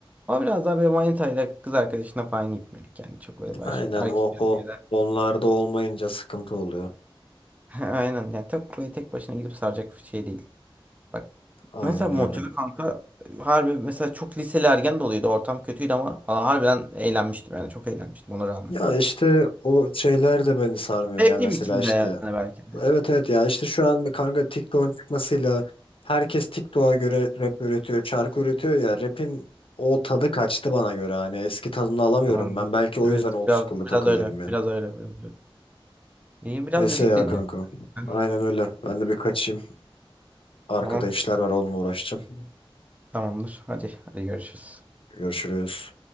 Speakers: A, on the right; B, on the left.
A: Ama biraz daha böyle manitayla kız arkadaşına falan gitmedik yani. Çok böyle baş
B: Aynen
A: erkek
B: o
A: erkeğe
B: o onlarda olmayınca sıkıntı oluyor.
A: <laughs> He, Aynen yani tek böyle tek başına gidip saracak bir şey değil. Bak
B: Aynen
A: mesela motive
B: öyle.
A: kanka harbi mesela çok liseli ergen doluydu ortam kötüydü ama ha- harbiden eğlenmiştim yani çok eğlenmiştim ona rağmen.
B: Ya işte o şeyler de beni sarmıyor
A: Sevdiğim
B: ya mesela
A: için
B: işte.
A: de yani belki de.
B: Evet evet ya işte şu an kanka TikTok'un çıkmasıyla herkes TikTok'a göre rap üretiyor, şarkı üretiyor ya rap'in o tadı kaçtı bana göre hani eski tadını alamıyorum
A: Anladım.
B: ben. Belki o
A: Evet
B: yüzden old
A: biraz
B: school'da takılıyorum
A: biraz öyle
B: ya.
A: biraz öyle biraz öyle. İyi biraz
B: Neyse
A: müzik
B: ya
A: dinleyelim.
B: kanka.
A: <laughs>
B: Aynen öyle. Ben de bir kaçayım. Arkada
A: Tamam
B: işler var onunla uğraşacağım.
A: tamamdır hadi hadi görüşürüz.
B: Görüşürüz.